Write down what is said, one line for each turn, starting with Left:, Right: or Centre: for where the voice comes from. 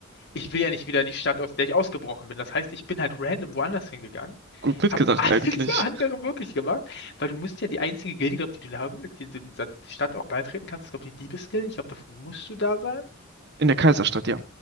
Left: ich will ja nicht wieder in die Stadt, aus der ich ausgebrochen bin. Das heißt, ich bin halt random woanders hingegangen,
Right: Gut mitgedacht
Left: habe alles
Right: eigentlich.
Left: <laughs> andere möglich gemacht, weil du musst ja die einzige Gilde, glaub, die du da, die du in dieser Stadt auch beitreten kannst, glaube ich, die Diebesgilde. Ich glaube, davon musst du da sein.
Right: In der Kaiserstadt, ja.